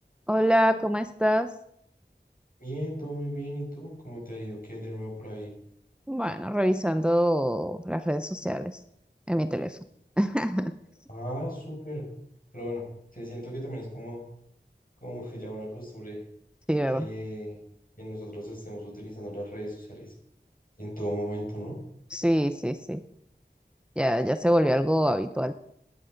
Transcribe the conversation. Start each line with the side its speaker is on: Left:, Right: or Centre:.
Centre: Hola, ¿cómo estás?
Left: Bien, todo muy bien. ¿Y tú? ¿Cómo te ha ido? ¿Qué hay de nuevo por ahí?
Centre: Bueno, revisando las redes sociales en mi teléfono. <laughs>
Left: Ah, súper. Pero bueno, sí, siento que también es como, como que ya una costumbre
Centre: Sí, ¿verdad?
Left: que, que nosotros estemos utilizando las redes sociales en todo momento, ¿no?
Centre: Sí, sí, sí. Ya, ya se volvió algo habitual,